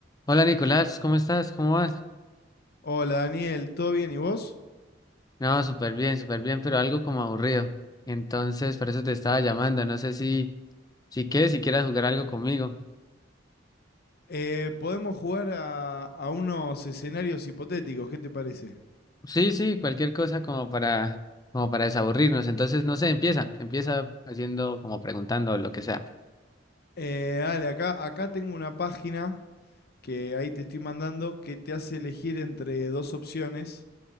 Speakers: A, on the left (about 20°); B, on the left (about 55°).
A: Hola Nicolás, ¿cómo estás? ¿Cómo vas?
B: Hola Daniel, ¿todo bien y vos?
A: No, súper bien, súper bien, pero algo como aburrido. Entonces, por eso te estaba llamando. No sé si, si quieres, si quieras jugar algo conmigo.
B: Eh, podemos jugar a, a unos escenarios hipotéticos, ¿qué te parece?
A: Sí, sí, cualquier cosa como para, como para desaburrirnos. Entonces, no sé, empieza, empieza haciendo como preguntando o lo que sea.
B: Eh, dale, acá, acá tengo una página que ahí te estoy mandando que te hace elegir entre dos opciones